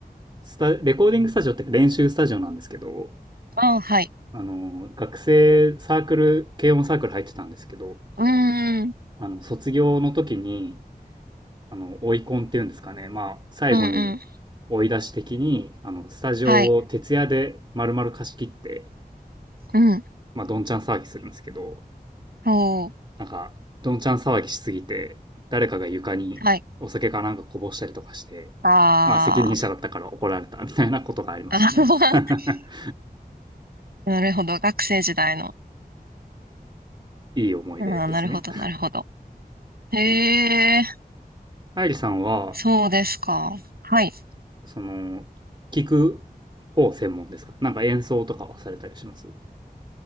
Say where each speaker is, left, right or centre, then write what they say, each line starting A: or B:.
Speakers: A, on the right; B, on the right.
A: スタ、レコーディングスタジオっていうか練習スタジオなんですけど、
B: あはい。
A: あの、学生サークル、軽音サークル入ってたんですけど、
B: うーん。
A: あの、卒業の時に、あの、追い込んっていうんですかね、まあ、最後に
B: うんうん。
A: 追い出し的に、あの、スタジオを徹夜で丸々貸し切って、
B: はい。うん。
A: まあ、どんちゃん騒ぎするんですけど、
B: そ
A: なんか、どんちゃん騒ぎしすぎて、誰かが床にお酒かなんかこぼしたりとかして、
B: う。はい。ああ。
A: まあ、責任者だったから怒られたみたいなことがありましたね
B: あー
A: <laughs>。
B: <laughs> なるほど。学生時代の。
A: いい思い出ですね。
B: あーなるほど、なるほど。へえ
A: 愛理さんは、
B: そうですか。はい。
A: その、聞く方専門ですかなんか演奏とかはされたりします